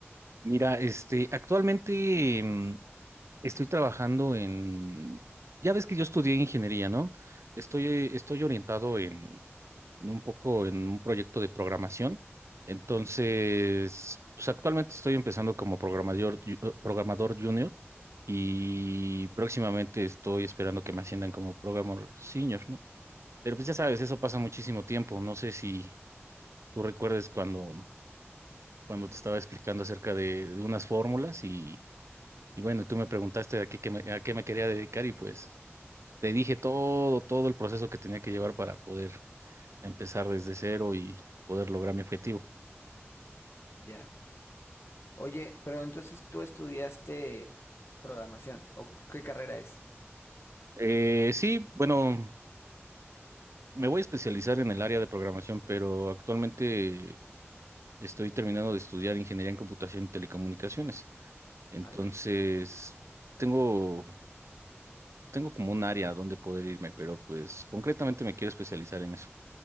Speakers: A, on the right (about 80°); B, on the left (about 65°).
A: Mira, este, actualmente mm, estoy trabajando en, ya ves que yo estudié ingeniería, ¿no? Estoy, eh, estoy orientado en, en un poco en un proyecto de programación. Entonces, pues actualmente estoy empezando como programador, ju- eh, programador junior y próximamente estoy esperando que me asciendan como programador senior, ¿no? Pero pues ya sabes, eso pasa muchísimo tiempo. No sé si tú recuerdes cuando, cuando te estaba explicando acerca de, de unas fórmulas y, y bueno, tú me preguntaste a qué, qué me, a qué me quería dedicar y pues te dije todo, todo el proceso que tenía que llevar para poder empezar desde cero y poder lograr mi objetivo.
B: Ya. Oye, pero entonces tú estudiaste programación, ¿o qué carrera es?
A: Eh, sí, bueno, me voy a especializar en el área de programación, pero actualmente estoy terminando de estudiar ingeniería en computación y telecomunicaciones. Entonces,
B: Ah, ya,
A: tengo, tengo como un área donde poder irme, pero pues concretamente me quiero especializar en eso.